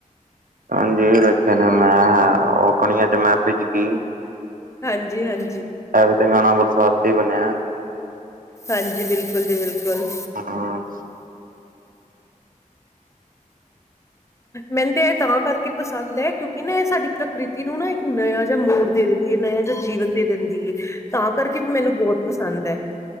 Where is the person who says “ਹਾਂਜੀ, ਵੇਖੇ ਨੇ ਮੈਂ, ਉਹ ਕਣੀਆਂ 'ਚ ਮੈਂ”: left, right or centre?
Right